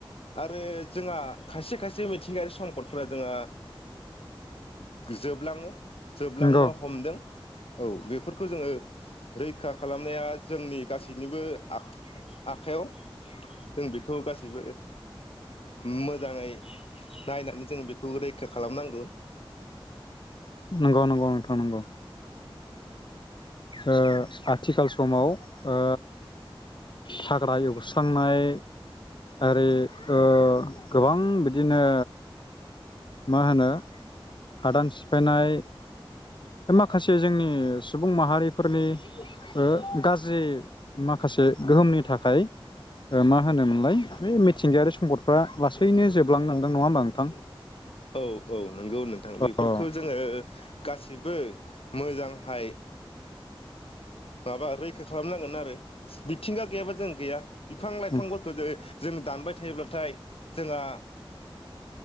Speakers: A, on the left; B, on the left.
A: आरो जोंहा खायसे खायसे मिथिंगायारि संकदफोरा जोंहा जोबलाङो जोबलांनो
B: नंगौ
A: हमदों औ बेफोरखौ जोङो रैखा खालामनाया जोंनि गासैनिबो आ-आखयाव जों बेखौ गासैबो उम मोजाङै नायनानै जोङो बेखौ रैखा खालामनांगौ।
B: नंगौ नंगौ नोंथां नंगौ। ओ आथिखाल समाव ओ हाग्रा एवस्रांनाय आरि ओ गोबां बिदिनो मा होनो हादान सिफायनाय माखासे जोंनि सुबुं माहारिफोरनि ओ गाज्रि माखासे गोहोमनि थाखाय ओ मा होनोमोनलाय बे मिथिंगायारि सम्पदफ्रा लासैनो जोबलांनांदों नङा होमबा नोंथां?
A: औ औ नंगौ नोंथां बेफोरखौ
B: औ
A: जोङो गासिबो मोजांहाय माबा रैखा खालामनांगोन आरो मिथिंगा गैयाबा जों गैया बिफां लाइफांफोरखौ
B: औ
A: जेरै जों दानबाय थायोब्लाथाय जोंहा